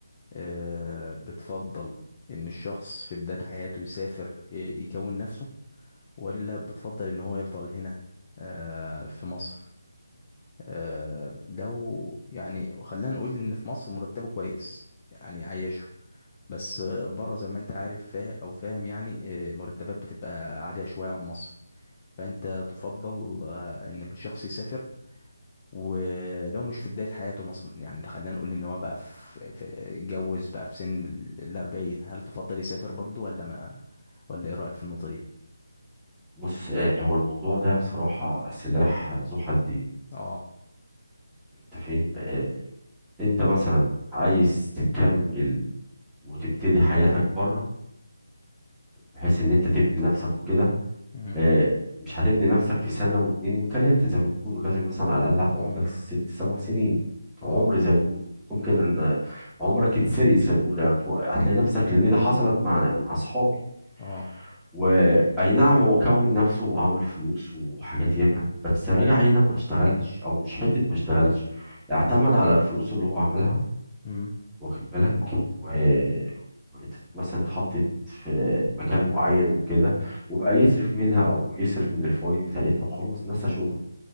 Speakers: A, on the left; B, in the centre.
A: آه بتفضل ان الشخص في بداية حياته يسافر آه، يكون نفسه ولا بتفضل ان هو يفضل هنا آه في مصر آه، لو يعني خلينا نقول ان في مصر مرتبه كويس يعني عايشه بس آه، بره زي ما انت عارف فا او فاهم يعني آه، مرتبات بتبقى عالية شوية عن مصر فانت تفضل آه، ان الشخص يسافر ولو مش في بداية حياته مثلا يعني خلينا نقول ان هو بقى في في- اتجوز بقى في سن الأربعين هل تفضل يسافر برضو ولا ما ولا ايه رأيك في النقطة دي؟
B: بص آه، هو الموضوع ده بصراحة سلاح ذو حدين
A: اه
B: أنت فاهم آه، أنت مثلا عايز تكمل وتبتدي حياتك بره بحيث إن أنت تبني نفسك وكده
A: مم.
B: آه، مش هتبني نفسك في سنة واتنين وتلاتة زي ما بيقولوا لازم مثلا على الأقل هتقعد
A: عمر
B: لك ست سبع سنين وعمر
A: اه
B: زي ما بيقولوا ممكن أن عمرك يتسرق زي ما بيقولوا يعني تم- هتلاقي نفسك لأن ده حصلت مع مع أصحابي
A: اه
B: وأي نعم هو كون نفسه وعمل فلوس وحاجات ياما بس راجع هنا ما اشتغلش أو مش حتة ما اشتغلش اعتمد على الفلوس اللي هو عملها
A: امم
B: واخد بالك و... وت- مثلا اتحطت في مكان معين وكده وبقى يصرف منها ويصرف من الفوائد بتاعتها وخلاص نسى شغله